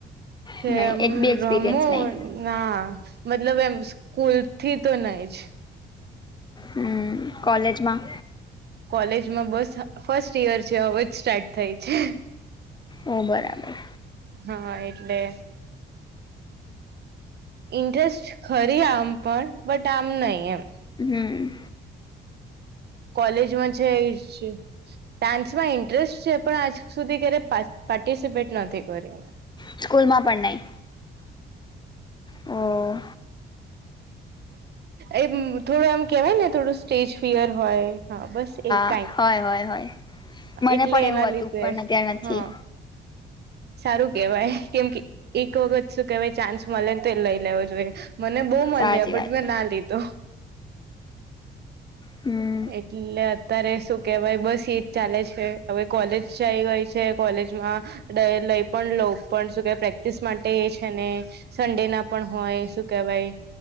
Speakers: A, on the left; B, on the right.
A: નહી
B: એમ
A: એક બી એક્સપિરિયન્સ
B: રમો
A: નહી
B: ના મતલબ એમ સ્કૂલ થી તો નહી જ
A: હમ્મ કોૉલેજમાં
B: કોલેજમાં બસ ફર્સ્ટ ઈયર છે હવેજ સ્ટાર્ટ થઈ છે.
A: ઓ બરાબર
B: હા એટલે ઇન્ટરેસ્ટ ખરી આમ પણ બટ આમ નહી એમ
A: હમ્મ
B: કોલેજમાં છે, એ ડાન્સમાં ઇન્ટરેસ્ટ છે પણ આજ સુધી ક્યારે પાર્ટિસિપેટ નથી કર્યુ
A: સ્કૂલમાં પના ઓ
B: એમ થોડું એમ કેવાય ને થોડું સ્ટેજ ફિયર હોય હા બસ એક
A: હય હોય હોય મને
B: એટલે
A: પણ
B: એના
A: એવું
B: લીધે
A: હતું પણ અતાર નથી.
B: હા સારું કેવાય કેમ કે એક વખત શું કેવાય ચાન્સ મળે ને તો એ લઈ લેવો જોઈએ. મને બહુ મળ
A: સાચી
B: લ બટ
A: વાત
B: મેં
A: છે
B: ના લીધુ
A: હમ્મ
B: એટલે અત્યારે શું કેવાય બસ એજ ચાલે છે હવે કોલેજઈ ગઈ છે, કોલેજમા લઈ પણ લઉ પણ શું કે પ્રેક્ટિસ માટે એ છેને. સન્ડે ના પણ હોય શું કેહેવાય